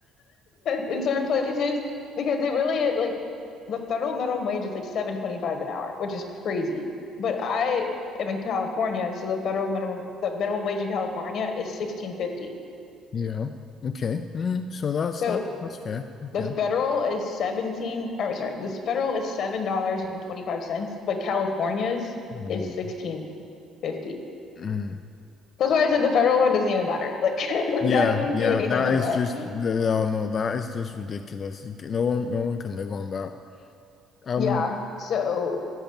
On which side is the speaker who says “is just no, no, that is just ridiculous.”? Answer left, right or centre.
Left